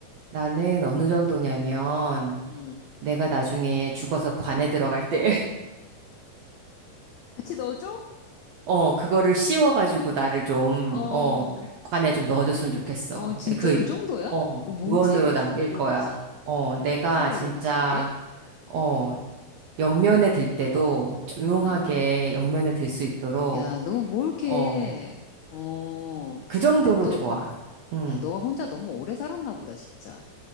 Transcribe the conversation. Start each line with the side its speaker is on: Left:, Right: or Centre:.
Right: 나는 어느 정도냐면,
Left: 음, 음.
Right: 내가 나중에 죽어서 관에 들어갈 때,
Left: 같이 넣어줘?
Right: 어, 그거를 씌워가지고
Left: 그,
Right: 나를 좀,
Left: 어,
Right: 어, 관에 좀 넣어줬으면 좋겠어.
Left: 어, 진짜
Right: 근데 그,
Left: 그 정도야?
Right: 어,
Left: 어, 뭐지?
Right: 유언으로
Left: 무슨
Right: 남길
Left: 매력이지?
Right: 거야. 어, 내가
Left: 무슨 매력이지,
Right: 진짜,
Left: 그게?
Right: 어, 영면에 들 때도 조용하게
Left: 음.
Right: 영면에 들 수 있도록,
Left: 야, 너 뭘 이렇게,
Right: 어,
Left: 어,
Right: 그 정도로
Left: 또,
Right: 좋아. 응,
Left: 야, 너가 혼자 너무 오래 살았나 보다, 진짜.